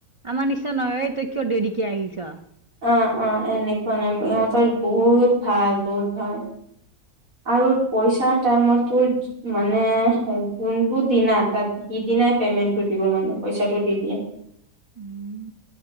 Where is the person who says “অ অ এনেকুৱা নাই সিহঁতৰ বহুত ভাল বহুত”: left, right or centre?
Right